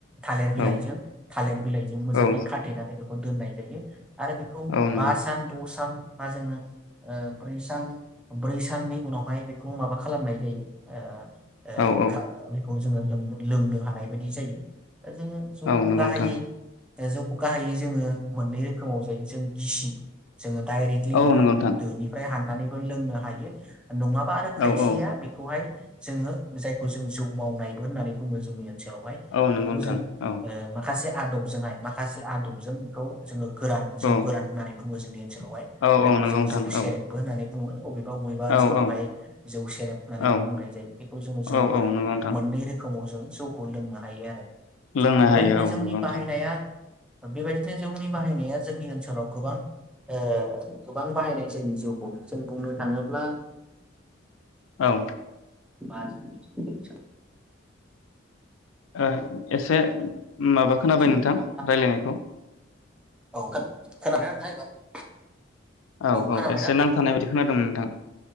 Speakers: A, in the centre; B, on the left.
A: थालिर बिलाइजों
B: औ
A: थालिर बिलाइजों मोजाङै
B: औ
A: खाथेनानै बेखौ दोननाय जायो आरो बेखौ
B: औ नंगौ
A: बा सान द सान बा जोङो ओ ब्रै सान ब्रै साननि उनावहाय बेखौ माबा खालामनाय जायो ओ ए
B: औ औ
A: बेखौ जोङो लोंनो हानाय बायदि जायो ओ जोङो जौखौ
B: औ नंगौ
A: गाहायै
B: नोंथां
A: जौखौ गाहायै जोङो मोननै रोखोमाव जायो जों गिसि जोङो डाइरेक्टलि
B: औ
A: बेखौ
B: नंगौ नोंथां
A: दोनिफ्राय हान नानैबो लोंनो हायो। नङाबा आरो खायसेया
B: औ औ
A: बेखौहाय जोङो जायखौ जों जौ मावनायबो होननानै बुङो जोंनि ओनसोल हाय
B: औ नंगौ
A: बेखौ
B: नोंथां
A: जों
B: औ
A: ओ माखासे आदबजोंहाय माखासे आदबजों बेखौ जोङो गोरान जौ
B: औ
A: गोरान होननानै बुङो जोंनि ओनसोलावहाय
B: औ औ
A: जायखौ
B: नंगौ
A: जों
B: नोंथां
A: जौ
B: औ
A: सेरेबबो होननानै बुङो बुङो अबे बा बबेबा ओनसोलावहाय
B: औ औ
A: जौ सेरेब होननानै
B: औ
A: बुंनाय जायो बेखौ जोङो जौ
B: औ
A: गोरान
B: औ नंगौ नोंथां
A: मोननै रोखोमै जौखौ लोंनो हायो आरो
B: लोंनो
A: बेबायदिनो
B: हायो औ
A: जौनि
B: नंगौ नोंथां
A: बाहायनाया थ बे बायदिनो जौनि बाहायनाया जोंनि ओनसोलाव गोबां ओ गोबां बाहायनाय जायोा जों जौखौ जों बुंनो थाङोब्ला
B: औ
A: बाजै <unintelligible>
B: ओ एसे
A: हाबानिफ्राय लानानै
B: माबा खोनाबाय
A: जिउ
B: नोंथां
A: खुंनांगौ
B: रायज्लायनायखौ?
A: औ
B: औ औ
A: खोनाबायना
B: एसे
A: नोंथां
B: नांथानाय बायदि खोनादों मोन नोंथां।